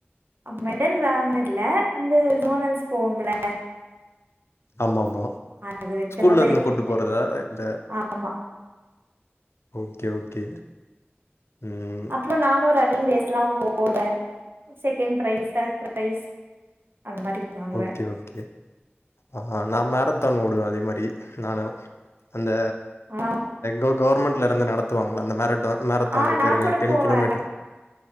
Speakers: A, on the right (about 60°); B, on the left (about 85°).
A: மெடல் வாங்னத்ல அந்த சோனல்ஸ் போவோம்ல
B: ஆமா ஆமா
A: அது வரைக்குந்தா
B: ஸ்கூல்லருந்து
A: போயிருக்கு
B: கூட்டு போறதா இல்ல
A: ஆமா
B: ஓக்கே ஓக்கே ம்
A: இப்ப நானு ரன்னிங் ரேஸ்லா போவே செகேண்ட் ப்ரைஸ் தேர்ட் ப்ரைஸ் அந்த மாரி வாங்குவே
B: ஓக்கே ஓக்கே ஆ நா மேரத்தான் ஓடுவே அதே மாரி நானு அந்த
A: ஆ
B: க கவுர்மண்ட்லருந்து நடத்துவாங்ள அந்த மேரத்தான் மேரத்தானுக்கு
A: ஆ நா
B: போயிருக்கே
A: கூட
B: டென்
A: போவே
B: கிலோமீட்டரு